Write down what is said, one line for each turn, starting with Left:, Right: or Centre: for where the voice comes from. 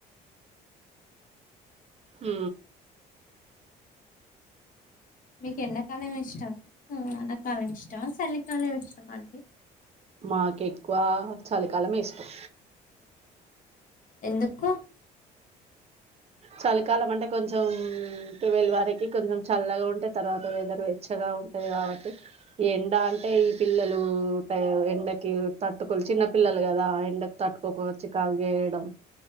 Right: ఉ
Left: మీకు ఎండా కాలం ఇష్టం ఆ వాన ఎండాకాలం ఇష్టమా చలికాలం ఇష్టమా అండి
Right: మాకు ఎక్కువ చలికాలమే ఇష్టం
Left: ఎందుకు
Right: చలికాలం అంటే కొంచెం ట్వెల్వ్ వరకి కొంచెం చలిగా తర్వాత వెదరు వెచ్చగా ఉంటది కాబట్టి ఎండా అంటే ఈ పిల్లలు పా ఎండకి పట్టుకొలి చిన్నపిల్లలు కదా ఎండకు తట్టుకోకపోవచ్చు కాగేయడం